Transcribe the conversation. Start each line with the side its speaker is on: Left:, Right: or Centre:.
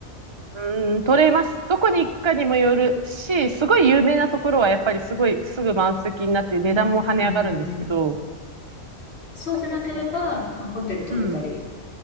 Right: うん、取れます。どこに行くかにもよるし、すごい有名なところはやっぱりすごいすぐ満席になって値段も跳ね上がるんですけど、
Left: うんうんうんそうでなければ、
Right: だけど、
Left: まあ、ホテル取れたり
Right: うん、